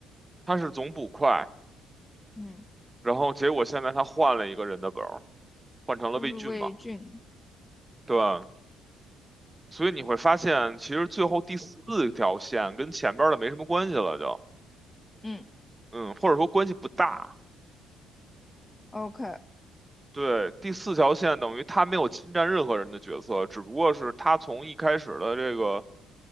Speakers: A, on the right; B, on the left.
A: 他是总捕快，
B: 嗯，
A: 然后结果现在他换了一个人的本儿，换成了魏俊嘛，
B: 就是魏俊，
A: 对，所以你会发现其实最后第四条线跟前边儿的没什么关系了就，
B: 嗯
A: 嗯，或者说关系不大。
B: ，OK，
A: 对，第四条线等于他没有侵占任何人的角色，只不过是他从一开始的这个